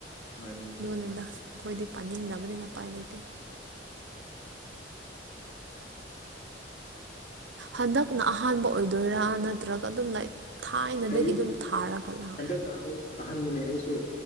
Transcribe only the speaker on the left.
ꯃꯥꯅꯤ ꯃꯥꯅꯤ
ꯑꯩ
ꯍꯟꯗꯛꯅ ꯑꯍꯧ ꯑꯍꯥꯟꯕꯅꯦ ꯑꯩꯁꯨ